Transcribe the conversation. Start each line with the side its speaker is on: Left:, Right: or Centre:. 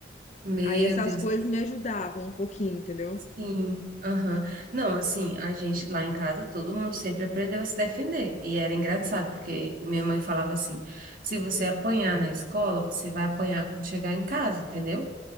Right: Meu
Left: Aí essas
Right: Deus,
Left: coisas me ajudavam um pouquinho, entendeu?
Right: sim, aham. Não, assim, a gente lá em casa, todo mundo sempre aprendeu a se defender. E era engraçado, porque o minha mãe falava assim: se você apanhar na escola, você vai apanhar quando chegar em casa, entendeu?